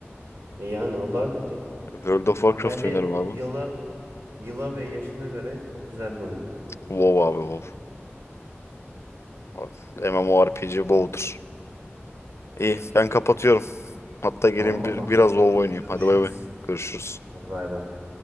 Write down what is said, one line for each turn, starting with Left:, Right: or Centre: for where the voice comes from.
Right: E yani o daha kötü.
Left: World of Warcraft
Right: E Bence
Left: oynarım abi.
Right: yıla yıla ve yaşına göre çok güzel bir oyun.
Left: WoW abi WoW. M M o MMORPG WoW'dur. İyi
Right: Peki.
Left: ben kapatıyorum. Hatta gelin
Right: Tamam bakalım.
Left: bir, biraz WoW
Right: Görüşürüz.
Left: oynayayım. Hadi bay bay. Görüşürüz.
Right: Hadi bay bay.